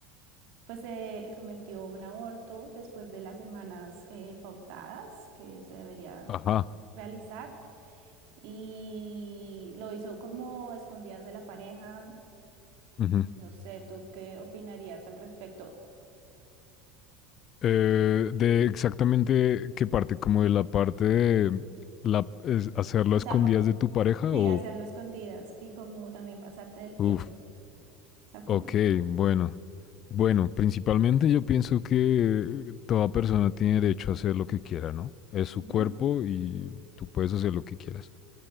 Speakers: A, on the right; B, on the left.
A: pues se sometió a un aborto después de las semanas eh, pautadas que se debería
B: Ajá.
A: realizar y lo hizo como a escondidas de la pareja.
B: Ujú.
A: No sé, ¿tú qué opinarías al respecto?
B: Eh, de exactamente qué parte, como de la parte de la, es- hacerlo
A: O
B: a escondidas
A: sea, por-
B: de tu pareja
A: sí,
B: o...
A: hacerlo escondidas y como también pasarte del tiempo.
B: Uf,
A: O sea, como...
B: ok, bueno. Bueno, principalmente yo pienso que toda persona tiene derecho a hacer lo que quiera, ¿no? Es su
A: Ujú,
B: cuerpo y tú puedes hacer lo que quieras.